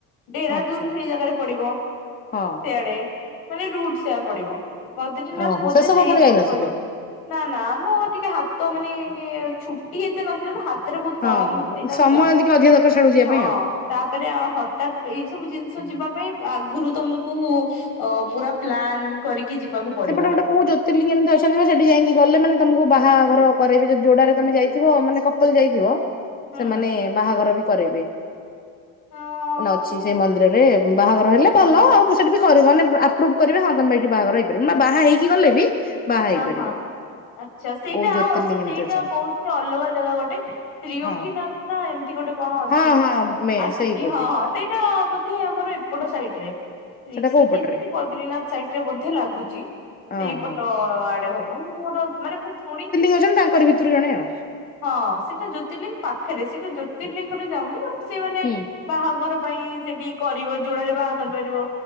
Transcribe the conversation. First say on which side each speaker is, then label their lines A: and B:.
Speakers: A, on the left; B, on the left.
A: ଡେରା
B: ଆଚ୍ଛା
A: ଜୁନ ସେଇ ଜାଗାରେ ପଡିବ।
B: ହଁ।
A: ସେଆଡେ ମାନେ ରୁଟ ସେଆ ପଡିବ। ବଦ୍ରନାଥ
B: ଓହୋ
A: ବୋଧେ
B: ସେ ସବୁ
A: ସେଇ
B: ଆପଣ
A: ରୁଟ
B: ଯାଇନଥିଲେ
A: ପଡିବ। ନା ନା ମୋ ଟିକେ ହାତ ମାନେ ଛୁଟି ଏତେ ନଥିଲା ନା ହାତରେ ବହୁତ କମ
B: ହଁ ହଁ
A: ତଜ
B: ସମୟ
A: ଥିଲା
B: ଟିକେ ଅଧିକ ଦରକାର ସିଆଡକୁ ଯିବା
A: ହଁ।
B: ପାଇଁ ଆଉ।
A: ତାପରେ ହଠାତ୍ ଏଇ ସବୁ ଜିନିଷ ଯିବା ପାଇଁ ଆଗରୁ ତମକୁ ଅ ପୁରା ପ୍ଲାନ କରିକି ଯିବାକୁ ପଡିବ
B: ସେପଟେ ଗୋଟେ କହୁଛ କେମିତି ଅଛନ୍ତି ସେଠି ଯାଇକି ଗଲେ ମାନେ ତମକୁ ବାହାଘର କରରେବି ଯଦି ଯୋଡାରେ ତମେ ଯାଇଥିବ ମାନେ କପଲ ଯାଇଥିବ
A: ହୁଁ
B: ସେମାନେ ବାହାଘର ବି କରାଇବେ
A: ହଁ
B: ମାନେ ଅଛି। ସେ ମନ୍ଦିରରେ ବାହାଘର ହେଲେ ଭଲ ଆଉ ସେଠି ବି କରିବ ମାନେ ଆପ୍ରୁଭ୍ କରିବେ ହଁ ତମେ ଏଇଠି ବାହାଘରଇ ବାହା ହେଇକି ଗଲେ ବି ବାହା ହେଇପାରିବ।
A: ହଁ ହଁ ଆଚ୍ଛା ସେଇଟା
B: କୋଉ ଜ୍ୟୋତିର୍ଲିଙ୍ଗ
A: ଆଉ ଆ୍ଛା ସେଇଟା
B: ଏମିତି ଅଛନ୍ତି
A: କହୁଛନ୍ତି ଅଲଗା ଜାଗା ଗୋଟେ ତ୍ରିଯୋଗୀନାଥ
B: ହଁ
A: ନା ଏମିତି ଗୋଟେ କଣ ଅଛି
B: ହଁ ହଁ ମେ
A: ଆସୁଛି
B: ସେଇ ବୋଧେ
A: ହଁ ହଁ। ସେଇଟା ବୋଧେ ଆମର ଏପଟ ସାଇଟ ରେ। ରଷିକ
B: ସେଟା କୋଉ ପଟରେ
A: ବଦ୍ରିନାଥ ସାଇଡରେ ବେ ଲାଗୁଛି ସେଇପଟେ
B: ଓହୋ
A: ତ ଆଡେ ହବ ମୁଁ ମୋର ମାନେ ମୁଁ ଶୁଣିଛି।
B: ଛନ୍ତି ତାଙ୍କର ଭିତରେ ଜଣେ ଆଉ
A: ହଁ ସେଇଟା ଜ୍ୟୋତିର୍ଲିଙ୍ଗ ପାଖରେ ସେଇଟା ଜ୍ୟୋତିର୍ଲିଙ୍ଗରେ ଯାଉନି ଗୋ ସେମାନେ
B: ହୁଁ
A: ବାହାଘର ପାଇଁ ସେଠି କରିବ ଯୋଡାରେ ବାହା କରିପାରିବ